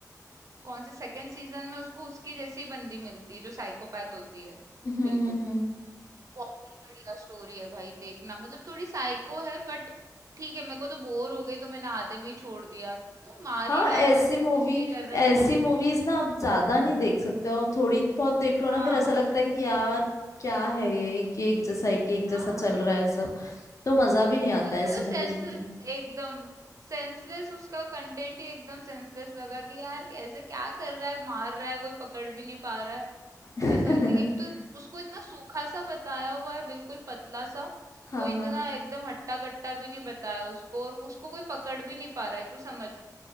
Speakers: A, on the right; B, on the left.
A: कौन से सेकंड सीजन में उसको उसकी जैसी बंदी मिलती है जो साइकोपैथ होती है
B: हम्म
A: बिल्कुल
B: हम्म हम्म
A: बहुत ही बढ़िया स्टोरी है भाई देखना मतलब थोड़ी साइको है बट ठीक है मेरे को तो बोर हो गई तो मैंने आधे में ही छोड़ दिया अरे मार
B: हाँ
A: ही रहा है
B: ऐसी
A: सबको
B: मूवी
A: कुछ नहीं कर रहा है
B: ऐसी मूवीज ना आप ज्यादा नहीं देख सकते हो थोड़ी बहुत देख लो
A: हाँ
B: ना फिर ऐसा लगता है कि यार क्या है ये एक
A: हाँ
B: एक जैसा एक एक
A: हाँ,
B: जैसा चल रहा है सब तो मजा भी नहीं आता
A: वो मतलब
B: है ऐसी मूवीज
A: सेंसलेस
B: में तो
A: एकदम सेंसलेस उसका कंटेंट ही एकदम सेंसलेस लगा कि यार ऐसे क्या कर रहा है मार रहा है कोई पकड़ भी नहीं पा रहा है
B: <laughs>
A: ऐसा ए- एक तो उसको इतना सूखा सा बताया हुआ है बिल्कुल पतला सा
B: हाँ
A: कोई इतना एकदम हट्टा कट्टा भी नहीं बताया उसको और उसको कोई पकड़ भी नहीं पा रहा है तू समझ